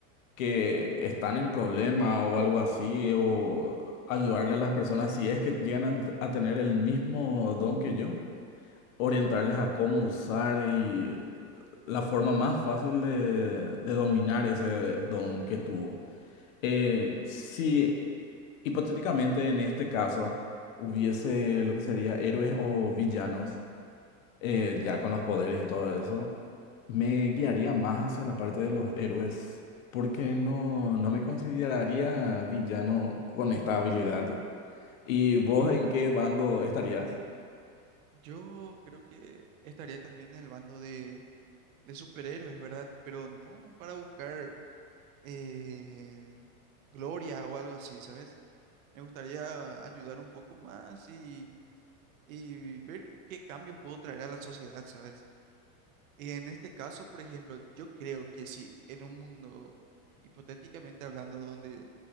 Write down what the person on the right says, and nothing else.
Yo creo que estaría también en el bando de, de superhéroes, ¿verdad? Pero no para buscar eh, gloria o algo así, ¿sabes? Me gustaría ayudar un poco más y, y ver qué cambios puedo traer a la sociedad, ¿sabes? En este caso, por ejemplo, yo creo que si en un mundo, hipotéticamente hablando, donde